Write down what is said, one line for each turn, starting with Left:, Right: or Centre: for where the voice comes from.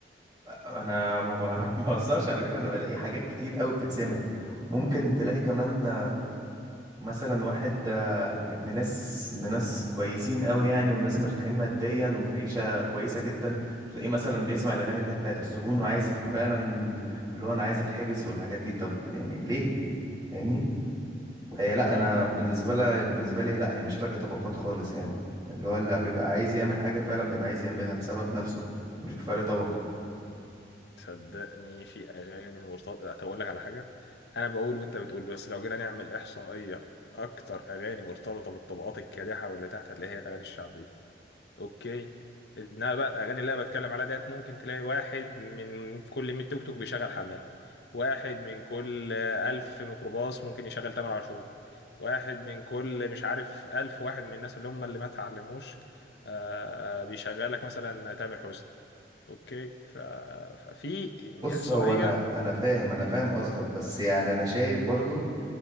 Right: انا ما ب- <laughs> ما بهزرش على فكره انا بلاقي حاجات كتير قوي بتتسمع ممكن تلاقي كمان مثلا واحد آه، ابن ناس ابن ناس كويسين قوي يعني والناس مرتاحين ماديا وفي عيشة كويسة جدا تلاقيه مثلا بيسمع الأغاني اللي هي بتاعت السجون وعايز يبقى فعلا اللي هو أنا عايز أتحبس والحاجات دي طب يعني ليه فاهمني فهي لا
Left: كده
Right: أنا بالنسبة لي بالنسبة لي لا هي مش فرق طبقات خالص يعني اللي هو اللي بيبقى عايز يعمل حاجة فعلا بيبقى عايز يعملها بسبب نفسه مش بفرق طبقة
Left: صدقني في اغاني مرتبطه طب اقول لك على حاجه انا بقول وانت بتقول بس لو جينا نعمل احصائيه اكتر اغاني مرتبطه بالطبقات الكادحه واللي تحت هتلاقي هي الاغاني الشعبيه اوكي انما بقى الاغاني اللي انا بتكلم عليها ديت ممكن تلاقي واحد من كل 100 توك توك بيشغل حماقي واحد من كل 1000 ميكروباص ممكن يشغل تامر عاشور واحد من كل مش عارف 1000 واحد من الناس اللي هم اللي ما اتعلموش آه، بيشغلك مثلا تامر حسني اوكي ف... ففي
Right: بص
Left: احصائيا
Right: هو انا انا فاهم انا فاهم قصدك بس يعني انا شايف برضو